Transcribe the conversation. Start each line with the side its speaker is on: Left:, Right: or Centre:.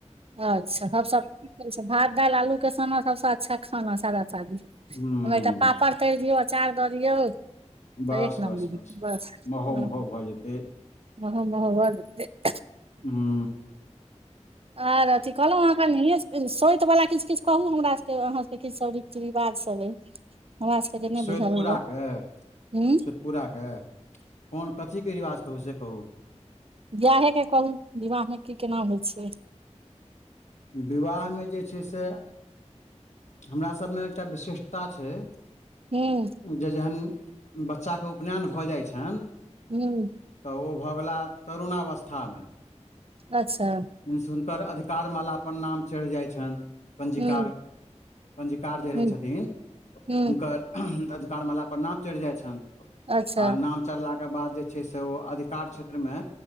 Right: अच्छा हम सभ की करै छियै भात दालि आलूके सन्ना सभसँ अच्छा खाना सादा सादी। ओयमे
Left: ह
Right: एकटा पापड़ तरि दियौ अचार दऽ दियौ त
Left: बस
Right: एक
Left: बस
Right: नम्बर बस
Left: महो
Right: ह
Left: महो भऽ जेतै
Right: महोमहो भ जेतय।
Left: हू।
Right: आर अथी कहलौं हाँ कनी सोइत वला किछ- किछ कहु हमरा सबके अहाँ सबके किछु सब रीति रिवाज सभ अइ। हमरा सबके तऽ नहि
Left: सोइतपुराके,
Right: बुझल हुए हूँ
Left: सोइतपुराके कोन कथीके रिवाज कहु से कहु।
Right: बियाहेके कहु विवाहमे की केना होइ छैय।
Left: विवाहमे जे छैय से हमरा सबमे एकटा विशिषटता छैय
Right: हू।
Left: जे जहन बच्चाके उपनैन भऽ जाइ छैन
Right: हू।
Left: त ओ भऽ गेलाह तरुणावस्थामे।
Right: अच्छा।
Left: मींस हुनकर अधिकार माला पर नाम चढ़ि जाइ छनि पंजीकार
Right: हूँ
Left: क। पञ्जीकार जे रहैय
Right: हूँ
Left: छथिन
Right: हूँ
Left: हुनकर अधिकार माला पर नाम चढ़ि जाइ छैन।
Right: अच्छा
Left: आ नाम चढ़लाके बाद जे छैय से ओ अधिकार क्षेत्रमे